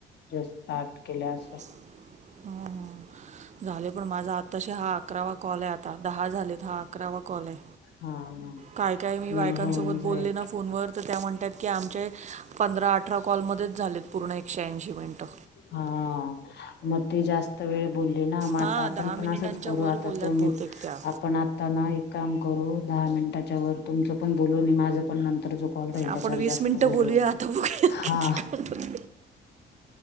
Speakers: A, on the left (about 60°); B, on the right (about 35°).
A: ज स्टार्ट केल्या असं.
B: <inaudible> हुं हुं झाले पण माझा आताशी हा अकरावा कॉल आहे आता दहा झालेत हा अकरावा कॉल आहे.
A: हा
B: काय काय मी बायकांसोबत
A: नाही होऊन
B: बोलले
A: जाईल.
B: ना फोनवर तर त्या म्हणतायत की आमचे पंधरा अठरा कॉलमध्येच झालेत पूर्ण एकशे ऐंशी मिनटं.
A: हा मग ते जास्त वेळ बोलले ना म
B: हा
A: आता आपण
B: दहा मिनिटांच्या
A: पण असंच करू
B: वर
A: आता
B: बोलल्यात
A: तुम्ही
B: बहुतेक त्या.
A: आपण आता ना एक काम करू दहा मिनिटाच्या वर तुमचं पण बोलू आणि माझं पण नंतर जो कॉल राहील
B: आपण
A: त्याच्यावर
B: वीस
A: जास्त
B: मिनिटं
A: बोलो
B: बोलूया आता बघूया
A: हा.
B: किती काउंट होतं.